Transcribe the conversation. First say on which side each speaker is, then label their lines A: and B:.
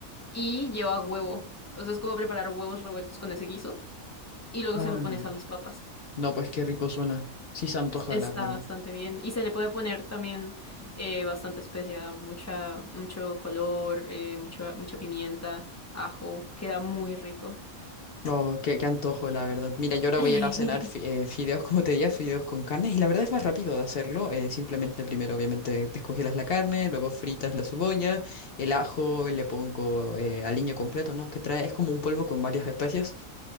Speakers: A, on the left; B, on the left.
A: Y lleva huevo. O sea, es como preparar huevos revueltos con ese guiso. Y luego
B: Ah,
A: se lo pones
B: no.
A: a las papas.
B: No, pues qué rico suena. Sí se antoja,
A: Está
B: la verdad.
A: bastante bien. Y se le puede poner también eh, bastante especia, mucha, mucho color, eh, mucho- mucha pimienta, ajo. Queda muy rico.
B: No, qué, qué antojo, la verdad. Mira, yo ahora
A: <laughs>
B: voy a ir a cenar fi- eh, fideos, como te decía fideos con carne, y la verdad es más rápido de hacerlo. eh, simplemente primero, obviamente, descongelas la carne, luego fritas la cebolla, el ajo, le pongo eh, aliño completo, ¿no? Que trae, es como un polvo con varias especias.